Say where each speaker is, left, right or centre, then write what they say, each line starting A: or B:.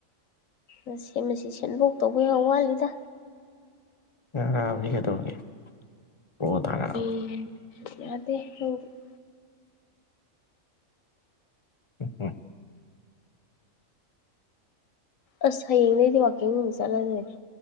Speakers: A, on the left; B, on the left.
A: ꯃꯁꯤ-ꯃꯁꯤ ꯁꯦꯝꯗꯣꯛꯇꯧꯕ ꯌꯥꯝ ꯋꯥꯠꯂꯤꯗ꯫
B: ꯌꯥꯔꯥꯑꯝꯅꯤ ꯀꯩꯗꯧꯔꯒꯦ ꯄ꯭ꯔꫭ ꯇꯥꯔꯝ
A: ꯎꯝ꯫ <inaudible>
B: <inaudible>
A: ꯑꯁ ꯍꯌꯦꯡꯗꯩꯗꯤ ꯋꯥꯥꯛꯀꯤꯡ ꯑꯃꯨꯛ ꯆꯠꯂꯗꯨꯏꯅꯤ꯫